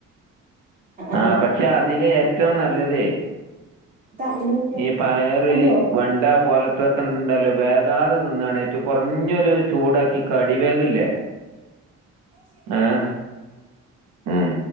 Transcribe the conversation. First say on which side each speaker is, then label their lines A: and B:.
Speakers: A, on the right; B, on the right.
A: ഉം
B: ആ പക്ഷെ അതിന് ഏറ്റവും നല്ലതേ
A: ഇതാ അയിനോക്കിയ
B: ഈ പയറ്,
A: പൊന്നിയോ
B: വെണ്ട പോലത്തൊക്കെ ണ്ടല്ലോ വേകാതെ ന്‌ന്നാണ് ഏറ്റു കൊറഞ്ഞൊരു ചൂടാക്കി കടി വേഗ്‌ ല്ലേ, ആഹ് ഉം